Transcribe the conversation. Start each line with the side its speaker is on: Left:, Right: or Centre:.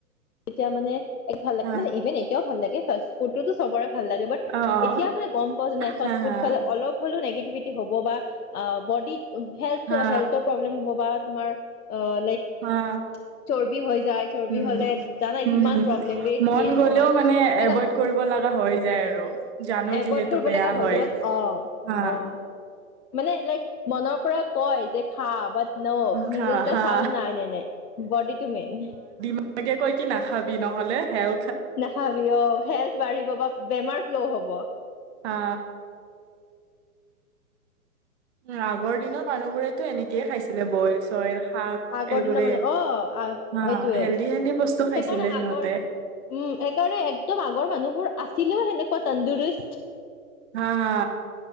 Left: তেতিয়া মানে এক ভাল লাগে
Right: হা
Left: মানে ইভেন এতিয়াও ভাল লাগে ফাষ্ট ফুডটো ত' চবৰে ভাল লাগে।
Right: অ অ
Left: এতিয়া মানে গম পোৱা যোৱা নাই ফাষ্ট
Right: হা
Left: ফুড
Right: হা
Left: খালে অলপ অলপ হ'লেও নেগিভিটি হ'ব বা বডিত
Right: হা
Left: হেল্থৰ প্ৰব্লেম হ'ব বা তোমাৰ অ' লাইক
Right: হা
Left: চৰ্বি হৈ যায়। চৰ্বি
Right: উম
Left: হ'লে ন
Right: উম
Left: কিমান
Right: হম
Left: প্ৰব্লেম ৱেট
Right: মন
Left: গেইন
Right: গলেও
Left: হয়। সেইকাৰণে
Right: মানে এভইড কৰিব লগা হৈ যায় আৰু। জানো
Left: এভইড
Right: যিহেতু
Left: কৰিব
Right: বেয়া
Left: লগা হৈ
Right: হয়
Left: যাব। অ',
Right: হা
Left: অ'। মানে লাইক মনৰ পৰা কয় যে খা বাট নো
Right: খা
Left: নিজে যেতিয়া
Right: হা
Left: চাও নাই, নাই, নাই বডিটো মেইন।
Right: এনেকে কৈ কি নাখাবি নহ'লে হেল
Left: নাখাবি অ', হেল্থ বাঢ়িব বা বেমাৰ ফ্ল' হব।
Right: হা। উম আগৰ দিনত মানুহবোৰেতো এনেকয়ে খাইছিলে বইল চইল শাক
Left: আগৰ
Right: এইবোৰে
Left: দিনৰ মানুহ অ', আহ,
Right: হা
Left: এইটোৱে
Right: হেল্ডি হেল্ডি বস্তু খাইছিলে
Left: সেইকাৰণে
Right: সিহঁতে
Left: আগৰ উম। সেইকাৰণে একদম আগৰ মানুহবোৰ আছিলেও সেনেকুৱা তন্দুুৰুষ্ট।
Right: হা হা।